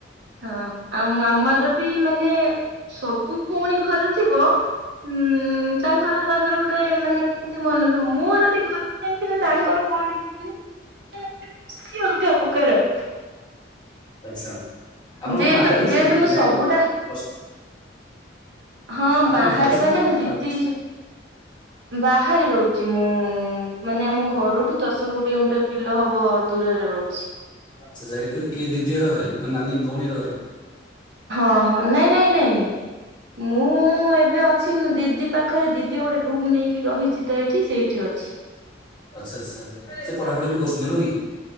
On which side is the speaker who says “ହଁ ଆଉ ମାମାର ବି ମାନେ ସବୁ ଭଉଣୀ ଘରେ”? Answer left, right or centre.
Right